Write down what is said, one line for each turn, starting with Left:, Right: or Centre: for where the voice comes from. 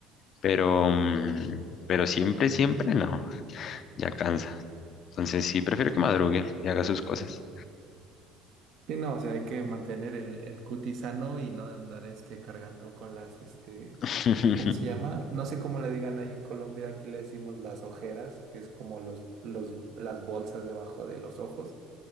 Left: pero, mm, pero siempre, siempre no, ya cansa. Entonces sí, prefiero que madrugue y haga sus cosas.
Right: Sí, no, o sea, hay que mantener el, el cutis sano y no andar este cargando con las, este,
Left: <laughs>
Right: ¿cómo se llama? No sé cómo le digan ahí en Colombia, aquí le decimos las ojeras, que es como los, los, las bolsas debajo de los ojos,